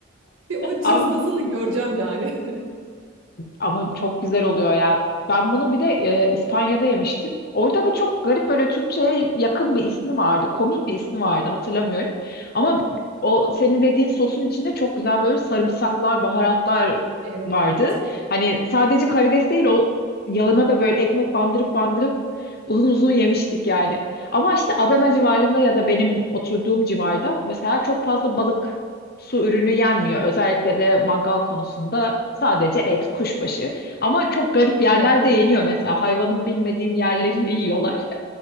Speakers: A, on the right; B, on the left.
A: Bir o cızbızını
B: Ama,
A: göreceğim yani. <laughs>
B: Ama çok güzel oluyor ya. Ben bunu bir de e, İspanya'da yemiştim. Orada da çok garip böyle Türkçe'ye yakın bir ismi vardı. Komik bir ismi vardı hatırlamıyorum. Ama o senin dediğin sosun içinde çok güzel böyle sarımsaklar, baharatlar
A: Evet.
B: vardı. Hani sadece karides değil o yağına da böyle ekmek bandırıp bandırıp uzun uzun yemiştik yani. Ama işte Adana civarında ya da benim oturduğum civarda mesela çok fazla balık Su ürünü yenmiyor. Özellikle de mangal konusunda sadece et, kuşbaşı. Ama çok garip yerlerde
A: He.
B: yeniyor mesela. Hayvanın bilmediğim yerlerini yiyorlar. <laughs>